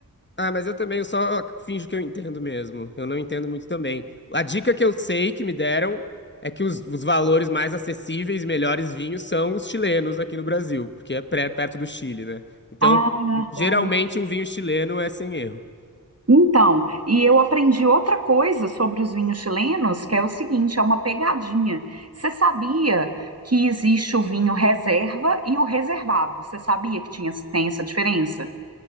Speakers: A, on the left (about 30°); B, on the right (about 45°).
A: Ah, mas eu também eu só finjo que eu entendo mesmo. Eu não entendo muito também. A dica que eu sei que me deram é que os, os valores mais acessíveis e melhores vinhos são os chilenos aqui no Brasil, porque é pré- perto do Chile, né? Então,
B: Ah,
A: geralmente
B: tá.
A: um vinho chileno é sem erro.
B: Então, e eu aprendi outra coisa sobre os vinhos chilenos, que é o seguinte, é uma pegadinha. Você sabia que existe o vinho reserva e o reservado? Você sabia que tinha, tem essa diferença?